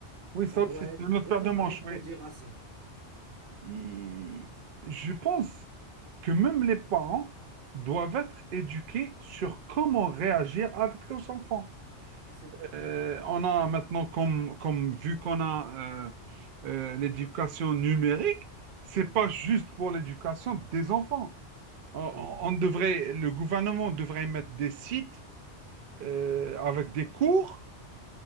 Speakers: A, on the right; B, on the right.
A: Oui,
B: Ça
A: ça
B: doit
A: aussi, c'est
B: être
A: une autre
B: vraiment
A: paire de manches,
B: avec
A: oui.
B: modération.
A: Et je pense que même les parents doivent être éduqués sur comment réagir avec leurs enfants.
B: Ah, c'est vrai.
A: Euh, on a maintenant, comme, comme vu qu'on a euh, euh, l'éducation numérique, c'est
B: Ouais.
A: pas juste pour l'éducation des enfants. On,
B: Ah oui.
A: on devrait, le gouvernement devrait mettre des sites euh, avec des cours